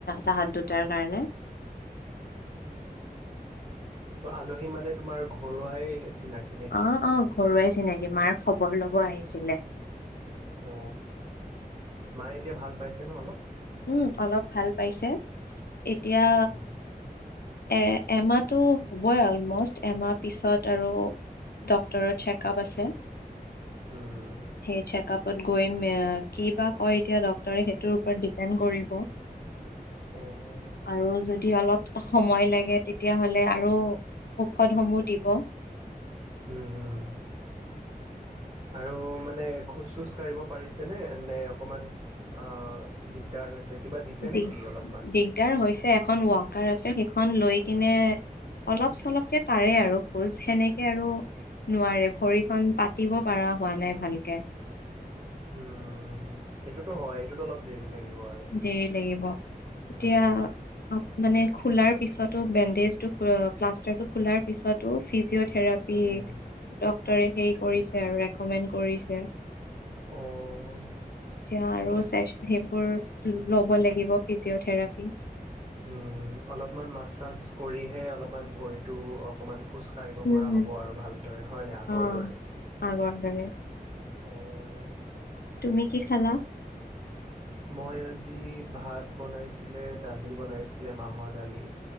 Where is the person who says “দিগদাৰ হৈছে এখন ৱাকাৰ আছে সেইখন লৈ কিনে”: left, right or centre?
Left